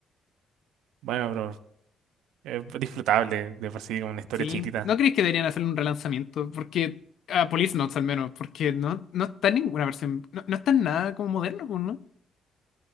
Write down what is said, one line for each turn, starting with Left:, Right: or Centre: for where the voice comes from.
Right: Bueno, pero es disfrutable de por sí, como una historia
Left: Sí.
Right: chiquitita.
Left: ¿No crees que deberían hacer un relanzamiento? Porque, a Police Notes al menos, porque no, no está en ninguna versión, no, no está en nada como moderno, pues, ¿no?